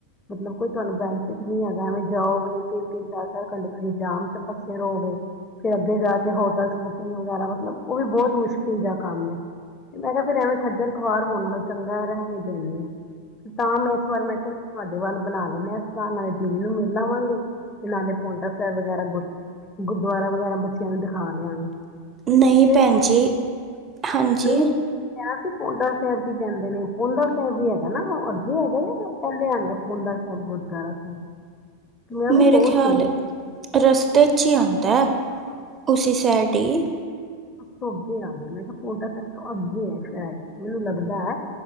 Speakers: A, on the left (about 20°); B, on the right (about 20°).
A: ਮਤਲਬ ਕੋਈ, ਤੁਹਾਨੂੰ ਬੈਨੀਫਿਟ ਨਹੀਂ ਹੈਗਾ ਐਵੇਂ ਜਾਓਗੇ, ਤਿੰਨ- ਤਿੰਨ, ਚਾਰ -ਚਾਰ, ਘੰਟੇ, ਤੁਸੀਂ ਜਾਮ ਚ ਫਸੇ ਰਹੋਗੇ। ਫਿਰ, ਅੱਗੇ ਜਾ ਕੇ, ਹੋਟਲ ਬੁਕਿੰਗ ਵਗੈਰਾ, ਮਤਲਬ ਉਹ ਵੀ ਬਹੁਤ ਮੁਸ਼ਕਿਲ ਜਾ। ਕੰਮ ਤੇ ਮੈਂ ਕਿਹਾ, ਫੇਿਰ ਐਵੇਂ ਖੱਜਲ ਖੁਆਰ ਹੋਣਾ ਨੂੰ ਚੰਗਾ ਰਹਿਣ ਦੇਨੀ ਆ। ਤਾਂ, ਮੈਂ, ਇਸ ਵਾਰ ਮੈਂ ਕਿਹਾ। ਵੱਲ ਬਣਾ ਲੈਂਦੇ ਹਾਂ, ਸਲਾਹ ਨਾਲੇ ਦੀਵ ਨੂੰ ਮੇਿਲ ਲਵਾਂਗੇ, ਤੇ ਨਾਲੇ ਪੋਂਂਟਾ ਸਾਹਿਬ ਵਗੈਰਾ ਗੁ ਗੁਰਦੁਆਰਾ ਵਗੈਰਾ, ਬੱਚਿਆਂ ਨੂੰ ਦਿਖਾ ਦਿਆਂਗੇ ਤੇ
B: ਨਹੀਂ
A: ਉੱਥੇ
B: ਭੈਣ ਜੀ ਹਾਂਜੀ।
A: ਨਹੀਂ ਕਿਹਾ ਸੀ, ਪੋਂਡਾ ਸਾਹਿਬ ਕੀ ਕੈਂਦੇ ਨੇ, ਪੋਂਡਾ ਸਾਹਿਬ ਵੀ ਹੈਗਾ ਨਾ, ਉਹ ਅੱਗੇ ਹੈਗਾ ਆ, ਪਹਿਲੇ ਆਂਦਾ ਪੌਂਡਾ ਸਾਹਿਬ, ਗੁਰਦੁਆਰਾ ਸਾਹਿਬ ਮੈਂ
B: ਮੇਰੇ
A: ਵੀ ਬਹੁਤ
B: ਖਿਆਲ,
A: ਸੁਣਿਆ
B: ਰਸਤੇ 'ਚ ਹੀ ਆਉਂਦਾ, ਉਸਸੀ ਸਾਈਡ ਹੀ
A: ਬੱਸ ਅੱਗੇ ਆਉਂਦਾ ਮੈਂ ਕਿਹਾ ਪੌਂਡਾ, ਸਭ ਤੋਂ ਅੱਗੇ ਆ ਸ਼ਾਇਦ ਮੈਨੂੰ ਲੱਗਦਾ ਹੈ।